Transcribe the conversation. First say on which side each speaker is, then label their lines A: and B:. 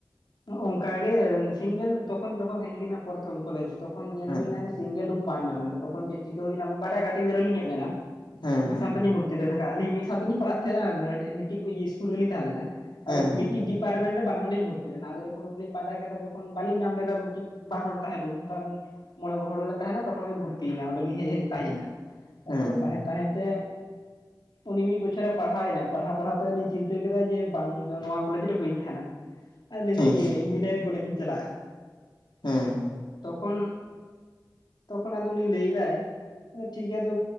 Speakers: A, on the left; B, on the left.
A: ᱚᱱᱠᱟᱜᱮ ᱥᱤᱝᱜᱮᱞ ᱛᱚᱠᱷᱚᱱ ᱡᱚᱠᱷᱚᱱ ᱦᱮᱡ ᱦᱩᱭᱱᱟ ᱯᱚᱨᱛᱷᱚᱢ ᱠᱚᱞᱮᱡᱽ ᱛᱚᱠᱷᱚᱱ ᱧᱮᱞ
B: ᱦᱮᱸ
A: ᱦᱩᱭᱱᱟ ᱡᱮ ᱥᱤᱝᱜᱮᱞ ᱨᱩᱢ ᱵᱟᱝ ᱧᱟᱢ ᱞᱮᱱᱟ ᱛᱚᱠᱷᱚᱱ ᱪᱮᱫ ᱪᱤᱠᱟᱹ ᱦᱩᱭᱱᱟ ᱵᱟᱱᱟᱨ ᱜᱟᱛᱮ ᱜᱤᱫᱽᱨᱟᱹ ᱞᱤᱧ ᱦᱮᱡ ᱞᱮᱱᱟ
B: ᱦᱮᱸ
A: ᱢᱤᱫ
B: ᱦᱮᱸ
A: ᱥᱟᱶᱛᱮ ᱞᱤᱧ ᱵᱷᱩᱨᱛᱤ ᱢᱤᱫ ᱥᱟᱶ ᱛᱮᱞᱤᱧ ᱯᱟᱲᱦᱟᱜ ᱛᱟᱦᱮᱜᱱᱟ ᱢᱤᱫ ᱴᱤᱡ ᱤᱥᱠᱩᱞ ᱨᱮᱞᱤᱧ ᱛᱟᱦᱮᱸ ᱞᱮᱱᱟ
B: ᱦᱮᱸ
A: ᱟ
B: ᱦᱮᱸ
A: ᱢᱤᱫ ᱴᱤᱡ ᱰᱤᱯᱟᱨᱴᱢᱮᱱᱴ ᱨᱮ ᱵᱟᱨ ᱦᱚᱲᱞᱤᱧ ᱵᱷᱚᱨᱛᱤ ᱞᱮᱱᱟ ᱟᱫᱚ ᱠᱷᱚᱱ ᱨᱩᱢ ᱞᱤᱧ ᱯᱟᱸᱡᱟ ᱠᱮᱫᱟ ᱡᱚᱠᱷᱚᱱ ᱵᱟᱞᱤᱧ ᱧᱟᱢ ᱞᱮᱫᱟ ᱢᱤᱫ ᱴᱤᱡ ᱵᱟᱨ ᱦᱚᱲ ᱛᱟᱦᱮᱸ ᱨᱩᱢ ᱢᱚᱬᱮ ᱦᱚᱲ ᱞᱮ ᱛᱟᱦᱮᱱᱟ ᱛᱚᱠᱷᱚᱱ ᱵᱷᱩᱨᱛᱤ ᱭᱮᱱᱟ ᱚᱸᱰᱮᱞᱤᱧ ᱦᱮᱡ ᱛᱟᱦᱮᱸᱱᱟ ᱛᱟᱯᱚᱨᱮ
B: ᱦᱮᱸ
A: ᱛᱟᱦᱮᱸ ᱛᱟᱦᱮᱸ ᱛᱮ ᱩᱱᱤ ᱢᱤᱫ ᱵᱚᱪᱷᱚᱨᱮ ᱯᱟᱲᱦᱟᱣᱮᱱᱟ ᱯᱟᱲᱦᱟᱣ ᱯᱟᱲᱦᱟᱣ ᱛᱮᱧ ᱪᱤᱱᱛᱟᱹ ᱠᱮᱫᱟ ᱡᱮ ᱵᱟᱝ ᱤᱧ ᱫᱚ ᱱᱚᱣᱟ ᱠᱚᱞᱮᱡᱽ ᱨᱮ ᱵᱟᱹᱧ ᱛᱟᱦᱮᱱᱟ ᱟᱨ ᱞᱟᱹᱭᱫᱟ
B: ᱦᱮᱸ
A: ᱤᱭᱟᱹ ᱤᱧᱡᱤᱱᱤᱭᱟᱨᱤᱝ ᱠᱚᱞᱮᱡᱽ ᱤᱧ ᱪᱟᱞᱟᱜᱼᱟ
B: ᱦᱩᱸ
A: ᱛᱚᱠᱷᱚᱱ ᱛᱚᱠᱷᱚᱱ ᱟᱫᱚ ᱩᱱᱤ ᱞᱟᱹᱭᱮᱫᱟᱭ ᱟᱫᱚ ᱴᱷᱤᱠ ᱜᱮᱭᱟ ᱟᱫᱚ